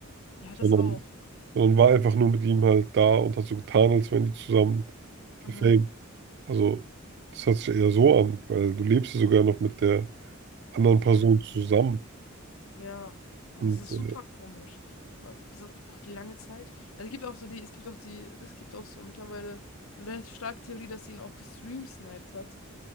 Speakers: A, on the left; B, on the right.
A: Ja,
B: sondern,
A: das auch.
B: sondern war einfach nur mit ihm halt da und hat so getan, als wären die zusammen für
A: Aha.
B: Fame. Also das hört sich eher so an, weil du lebst ja sogar noch mit der anderen
A: Ja,
B: Person zusammen.
A: ja.
B: Und
A: Nee, Das ist
B: äh,
A: super komisch. Vor allem, so, ich brauche die lange Zeit. Also es gibt auch so die, es gibt auch die, es gibt auch so mittlerweile eine relativ starke Theorie, dass sie ihn auch gestreamsniped hat.